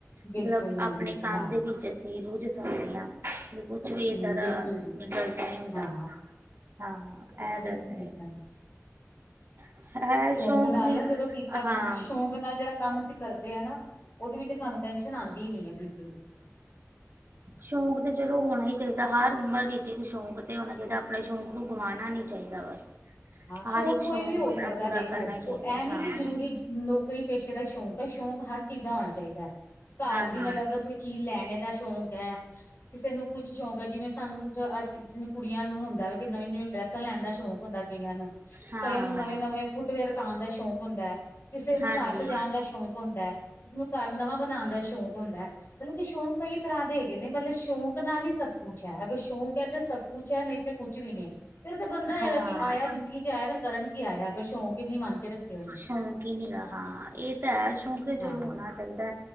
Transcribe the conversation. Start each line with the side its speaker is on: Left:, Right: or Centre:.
Left: ਬਿਲਕੁਲ
Right: ਮਤਲਬ,
Left: ਨੀ
Right: ਆਪਣੇ
Left: ਬਿਲਕੁਲ
Right: ਕੰਮ
Left: ਹਾਂ
Right: ਦੇ ਵਿੱਚ ਅਸੀਂ ਰੁਝ ਸਕਦੇ ਹਾਂ। ਕੁਛ ਵੀ
Left: ਹੂੰ
Right: ਏਦਾਂ ਦਾ,
Left: ਬਿਲਕੁਲ ਜੀ
Right: ਗਲਤ ਨਹੀਂ ਹੁੰਦਾ।
Left: ਹਾਂ
Right: ਹਾਂ, ਇਹ
Left: ਬਿਲਕੁਲ
Right: ਦੱਸ
Left: ਠੀਕ ਕਹਿ ਰਹੇ
Right: ਇਹ
Left: ਸ਼ੌਂਕ
Right: ਸ਼ੌਕ
Left: ਨਾਲ
Right: ਦੀ
Left: ਨਾ ਜਦੋਂ ਕੀਤਾ
Right: ਹਾਂ
Left: ਕੰਮ, ਸ਼ੌਂਕ ਨਾਲ ਜਿਹੜਾ ਕੰਮ ਅਸੀਂ ਕਰਦੇ ਹਾਂ, ਨਾ ਉਹਦੇ ਵਿੱਚ ਸਾਨੂੰ ਟੈਨਸ਼ਨ ਆਂਦੀ ਹੀ ਨੀ ਹੈ, ਪੀ <inaudible>
Right: ਸ਼ੌਕ ਤੇ ਚਲੋ ਹੋਣਾ ਹੀ ਚਾਹੀਦਾ, ਹਰ ਉਮਰ ਵਿੱਚ ਇੱਕ ਸ਼ੌਕ ਤੇ ਹੋਣਾ ਚਾਹੀਦਾ। ਆਪਣੇ ਸ਼ੌਕ ਨੂੰ ਗਵਾਉਣਾ ਨੀ ਚਾਹੀ ਅਦਾ ਬਸ।
Left: ਹਾਂ ਸ਼ੋਕ
Right: ਹਰ ਇੱਕ
Left: ਕੋਈ
Right: ਸ਼ੌਂਕ
Left: ਵੀ ਹੋ ਸਕਦਾ
Right: ਆਪਣਾ ਪੂਰਾ
Left: ਦੇਖੋ,
Right: ਕਰਨਾ ਚਾਹੀਦਾ
Left: ਐ
Right: ਹੈ
Left: ਨੀ
Right: ਹਾਂ
Left: ਕੀ ਜ਼ਰੂਰੀ ਨੌਕਰੀ ਪੇਸ਼ੇ ਦਾ ਹੀ ਸ਼ੌਂਕ ਏ, ਸ਼ੌਕ ਹਰ ਚੀਜ਼ ਦਾ ਹੋਣਾ ਚਾਹੀਦਾ, ਘਰ
Right: ਹਾਂਜੀ
Left: ਦੀ ਮਤਲਬ ਅਗਰ ਕੋਈ ਚੀਜ਼ ਲੈਣੇ ਦਾ ਸ਼ੌਂਕ ਐ ਕਿਸੇ ਨੂੰ ਕੁੱਛ ਸ਼ੌਂਕ ਹੈ, ਜਿਵੇਂ ਸਾਨੂੰ ਕੁਛ ਅੱਜ ਜਿਵੇਂ ਕੁੜੀਆਂ ਨੂੰ ਹੁੰਦਾ ਵਾ, ਕਿ ਨਵੀਆਂ-ਨਵੀਆਂ ਡਰੈਸਾਂ ਲੈਣ ਦਾ ਸ਼ੌਂਕ ਹੁੰਦਾ ਕਈਆ ਨੂੰ,
Right: ਹਾਂ
Left: ਕਈਆਂ ਨੂੰ ਨਵੇਂ-ਨਵੇਂ ਫੁੱਟਵੇਅਰ ਪਾਣ ਦਾ ਸ਼ੌਂਕ ਹੁੰਦਾ, ਕਿਸੇ ਨੂੰ
Right: ਹਾਂਜੀ
Left: ਘਰ ਸਜਾਉਣ ਦਾ ਸ਼ੌਕ ਹੁੰਦਾ, ਕਿਸੇਨੂੰ ਘਰ ਨਵਾਂ ਬਨਾਣ ਦਾ ਸ਼ੌਕ ਹੋਂਦਾ। ਮਤਲਬ ਕਿ ਸ਼ੌਕ ਕਈ ਤਰ੍ਹਾਂ ਦੇ ਹੈਗੇ ਨੇ, ਮਤਲਬ ਸ਼ੌਕ ਨਾਲ ਹੀ ਸਭ ਕੁਛ ਹੈ, ਅਗਰ ਸ਼ੌਕ ਹੈ ਤੇ ਸਭ ਕੁੱਛ ਹੈ, ਨਹੀਂ ਤੇ ਕੁਛ ਵੀ ਨੀ, ਫਿਰ ਤੇ ਬੰਦਾ ਹੈਗਾ
Right: ਹਾਂ
Left: ਕੀ ਆਇਆ ਜ਼ਿੰਦਗੀ 'ਚ ਆਇਆ। ਫਿਰ ਕਰਨ ਕੀ ਆਇਆ, ਅਗਰ ਸ਼ੌਂਕ ਹੀ ਨੀ ਮਨ'ਚ ਰੱਖੇ ਉਹਨ
Right: ਸ਼ੌਂਕ ਹੀ ਨੀ ਗਾ, ਹਾਂ ਇਹ ਤ ਹੈ ਸ਼ੌਕ
Left: ਹਾਂ
Right: ਚਲੋ ਹੋਣਾ ਚਾਹੀਦਾ,